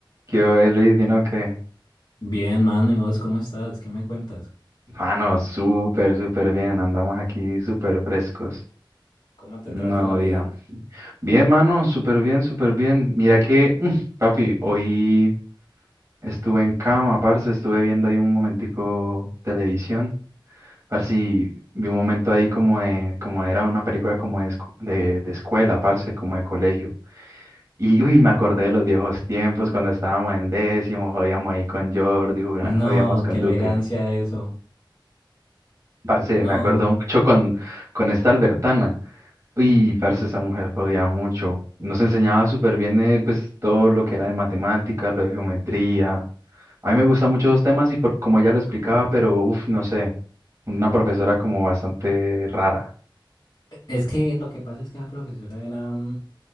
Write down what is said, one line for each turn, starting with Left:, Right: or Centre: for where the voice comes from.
Right: ¿Qué hoy, Luis? ¿Vino que
Left: Bien, mano, ¿y vos cómo estás? ¿Qué me cuentas?
Right: Mano, súper, súper bien. Andamos aquí súper frescos.
Left: ¿Cómo te
Right: Un
Left: trata
Right: Nuevo
Left: la
Right: día.
Left: vida?
Right: Bien, mano, súper bien, súper bien. Mira que, <laughs> papi, hoy estuve en cama, parce. Estuve viendo ahí un momentico televisión. Parce, y vi un momento ahí como de, como era una película como de, escu- de, de escuela, parce, como de colegio. Y uy, me acordé de los viejos tiempos cuando estábamos en décimo, jodíamos ahí con Jordi, jugá-
Left: No,
Right: jodíamos con
Left: qué elegancia
Right: Duque.
Left: eso.
Right: Parce,
Left: No,
Right: me acuerdo mucho con, con esta Albertana. Uy, parce, esa mujer jodía mucho. Nos enseñaba súper bien eh, pues, todo lo que era de matemáticas, lo de geometría. A mí me gustan mucho esos temas y por, como ella lo explicaba, pero uff, no sé, una profesora como bastante rara.
Left: es que lo que pasa es que esa profesora era, mm,